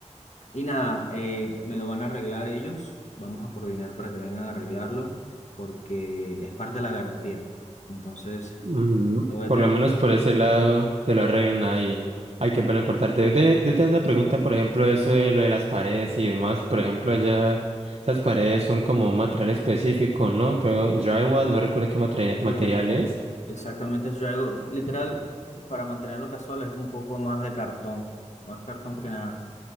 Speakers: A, on the left; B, on the right.
A: Y nada, eh, me lo van a arreglar ellos. Vamos a coordinar para que vengan a arreglarlo porque es parte de la garantía. Entonces...
B: Mm,
A: No voy
B: Por
A: a tener
B: lo menos por ese lado te lo arreglan ahí. Hay que bueno cortarte. De, de tener una pregunta, por ejemplo, eso de lo de las paredes y demás. Por ejemplo, allá esas paredes son como un material específico, ¿no? Creo drywall, no recuerdo qué materi- material
A: Sí,
B: es.
A: exactamente. Yo hago, literal, para mantenerlo casual es un poco más de cartón, más cartón que nada.